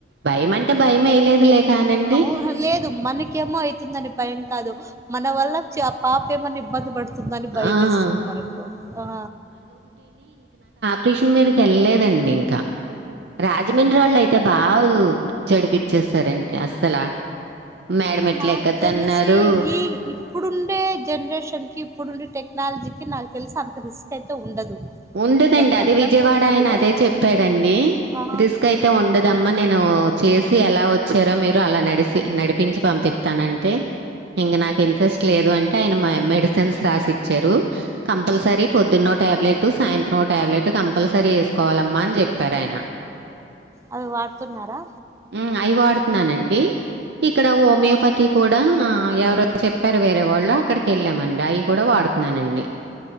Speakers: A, on the right (about 60°); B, on the right (about 15°).
A: భయం అంటే భయే. ఇ లేదు లే ఖానాన్.
B: అవు హ లేదు మనకేమో అవుతుందని భయం కాదు మన వల్ల. చ్య ఆ పాప ఏమన్నా ఇబ్బంది పడుతుందని భయం
A: ఆ!
B: మేస్తుంది మనకు ఆ.
A: క్రిషిన్ మీదకి కెళ్లేదండి ఇంకా రాజమండ్రి
B: అవునా
A: వాళ్ళ అయితే బాగు చెడి. ఇప్పచ్చేసారండి అస్సలా, మేడ మెట్లు
B: నాకు
A: ఎక్కదన్నారూ.
B: తెలిసి ఈ ఇప్పుడుండే జనరేషన్కి, ఇప్పుడుండే టెక్నాలజీకి, నాకు తెలిసి అంత రిస్క్ అయితే ఉండదు.
A: ఉండదండి
B: దాని తగ్గట్టు
A: అది విజయవాడ
B: ఉంటది
A: అయన అదే చెప్పాడండీ.
B: ఆ
A: రిస్క్ అయితే ఉండదమ్మా నేను ఊ చేసి ఎలా వొచ్చారో మీర్. రు అలా నడిసి నడిపించి పంపిత్తనంటే. ఇంగ నాకు ఇంట్రెస్ట్ లేదు అంటే ఆయన మయి మెడిసిన్స్ రాసిచ్చారు హ. కంపల్సరీ పొద్దున్నో ట్యాబ్లె. టు సాయంత్రం ఓ టాబ్లెటు కంపల్సరీ ఏసుకోవాలమ్మా అని జెప్పారు ఆయన.
B: అది వాడుతున్నారా.
A: ఉమ్ అయి వాడుతున్నానండి. ఇక్కడ ఓమియోపతి కూడా ఎవరు చెప్పారు వేరే వాళ్. అక్కడికి ఏళ్ళామండి అయి కూడా వాడుతున్నానండి.